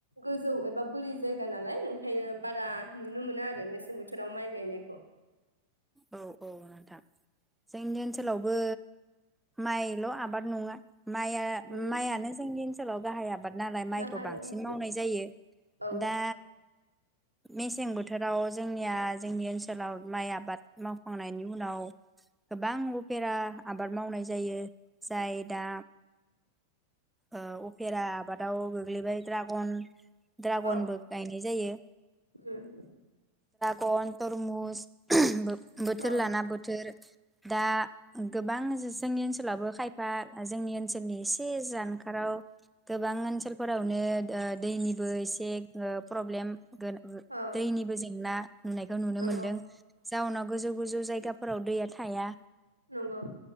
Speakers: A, on the left (about 90°); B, in the centre.
A: गोजौ एबा बोरि जायगा नालाय ओंखायनो बारा नुनो मोना आरो मेसें बोथोराव माइ गायनायखौ
B: औ औ नोंथां जोंनि ओनसोलावबो माइल' आबाद नङा माइआ
A: उम
B: माइयानो जोंनि ओनसोलाव गाहाय आबाद नालाय माइखौ
A: गाहाय
B: बांसिन
A: औ
B: मावनाय जायो
A: औ
B: दा मेसें बोथोराव जोंनिया जोंनि ओनसोलाव माइ आबाद मावखांनायनि उनाव गोबां उफेरा आबाद मावनाय जायो जाय दा ओ उफेरा आबादाव गोग्लैबाय ड्रागन ड्रागनबो
A: औ
B: गायनाय जायो
A: उम
B: कनथर मुज बोथोर
A: औ
B: लाना बोथोर दा गोबां जोंनि ओनसोलावबो खायफा जोंनि बिसोरनि एसे जान गोबां ओनसोलफोरावनो ओ दैनिबो एसे गोाब प्रब्लेम गोन उम
A: औ
B: दैनिबो जेंना नुनायखौ नुनो
A: नंगौ
B: मोनदों जाउनाव गोजौ गोजौ जायगाफोराव दैया थाया
A: नंगौ